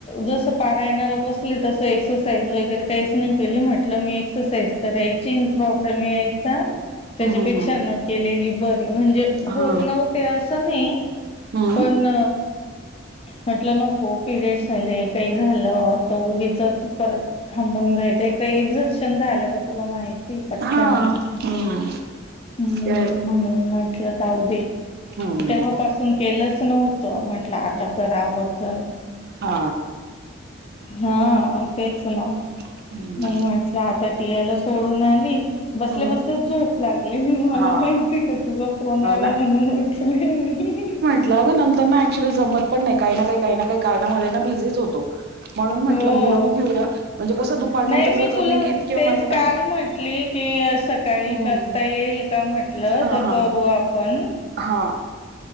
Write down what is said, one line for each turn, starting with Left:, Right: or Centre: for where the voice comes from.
Left: जस पारायणाला बसली तस एक्सरसाईज वगैरे काहीच नाही केली म्हटलं मी एसरसाइज करायची अन प्रॉब्लेम यायचा त्याच्यापेक्षा
Right: हम्म हम्म
Left: न केलेली बरी म्हणजे
Right: हा
Left: होत नव्हते असं नाही
Right: हम्म
Left: पण म्हटलं नको पिरियड्स झाले काही झालं तर उगीचच परत थांबून जायचं एक तर एक झर्शन झालं का तुला माहिती पटकन
Right: हा,
Left: येऊन
Right: हम्म.
Left: मग
Right: ते
Left: म्हणून म्हटलं जाऊ दे
Right: हम्म
Left: तेव्हापासून केलंच नव्हतं म्हंटलं आता करावंचण
Right: हा
Left: हा तेच ना मग
Right: हम्म
Left: वाट म्हटल आता टीयाला सोडून आली बसल्या
Right: हम्म
Left: बस झोप लागलेली मला
Right: हा
Left: माहिती का तुझा फोन
Right: हो
Left: आला म्हणून ओठले मी.
Right: म्हटल अग नंतर ना ऍक्च्युली जमत पण नाही काही ना, काही ना, काही कारणामध्ये ना बिझीच होतो. म्हणून म्हटलं
Left: हो
Right: बोलून घेऊया म्हणजे कसं दुपारनंतर
Left: नाही
Right: जर का
Left: तुला
Right: मी गेल किंवा
Left: तेच
Right: माला
Left: काल
Right: ना
Left: म्हटली की सकाळी
Right: हम्म
Left: करता येईल का म्हंटलं
Right: हा
Left: तर
Right: हा
Left: करू आपण.
Right: हा